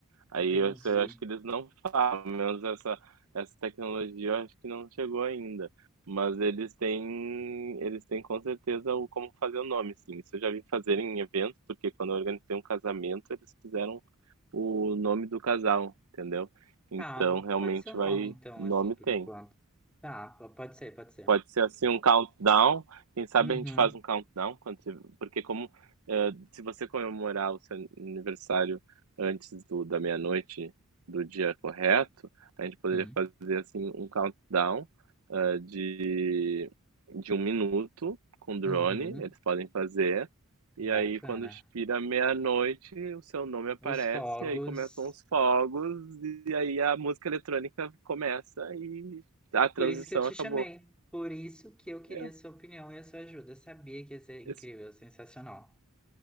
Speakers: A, on the right (about 75°); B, in the centre.
A: Aí
B: Entendi.
A: eu, eu acho que eles não falam, pelo menos essa, essa tecnologia eu acho que não chegou ainda. Mas eles têm, eles têm com certeza o como fazer o nome, sim. Isso eu já vi fazer em eventos, porque quando eu organizei um casamento, eles fizeram o nome do casal, entendeu? Então
B: Tá, po-
A: realmente
B: pode ser o nome
A: vai,
B: então,
A: nome
B: assim, por
A: tem.
B: enquanto. Tá, po- pode ser, pode ser.
A: Pode ser assim um countdown. Quem sabe
B: Uhum,
A: a gente faz um countdown quando você- porque como eh, se você comemorar o seu aniversário antes do, da meia-noite do dia correto, a gente poderia
B: hum
A: fazer assim um countdown eh, de de um minuto com drone.
B: uhum.
A: Eles podem fazer. E aí,
B: Bacana.
A: quando expira meia-noite, o seu nome aparece,
B: Os fogos.
A: e aí começam os fogos, e aí a música eletrônica começa e a transição
B: Por isso que eu te
A: acabou.
B: chamei. Por isso que eu queria
A: É,
B: a sua opinião e a sua ajuda. Eu sabia que ia ser incrível,
A: Ex
B: sensacional.